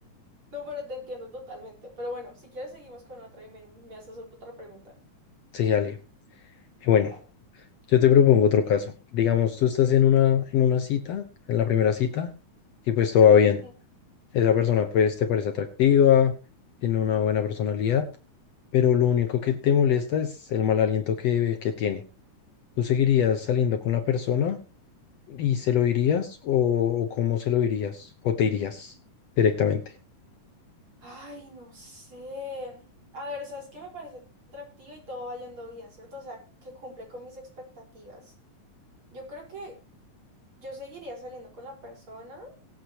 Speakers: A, on the right (about 40°); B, on the left (about 65°).
A: no, pero te entiendo totalmente. Pero bueno, si quieres seguimos con otra y me, me haces otra pregunta.
B: Sí, Ale. Bueno,
A: Vale.
B: Yo te propongo otro caso. Digamos, tú estás en una, en una cita, en la primera cita, y pues todo va bien.
A: Ujú,
B: Esa
A: Va.
B: persona pues te parece atractiva, tiene una buena personalidad, pero lo único que te molesta es el mal aliento que, que tiene. ¿Tú seguirías saliendo con la persona y se lo dirías o, o cómo se lo dirías? ¿O te irías directamente?
A: Ay, no sé. A ver, o sea, es que me parece atractiva y todo va yendo bien, ¿cierto? O sea, que cumple con mis expectativas. Yo creo que yo seguiría saliendo con la persona.